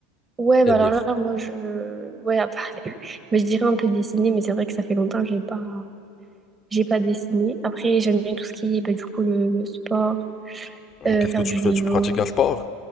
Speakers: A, on the right; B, on the left.
A: Ouais,
B: et
A: bah
B: lire.
A: alors là, moi, je... Ouais, à part... <laughs> mais je dirais un peu dessiner, mais c'est vrai que ça fait longtemps que j'ai pas... j'ai pas dessiné. Après, j'aime bien tout ce qui est, bah, du coup, le, le sport,
B: Euh,
A: euh,
B: Qu'est-ce
A: faire
B: que tu
A: du
B: fais?
A: vélo.
B: Tu pratiques un sport?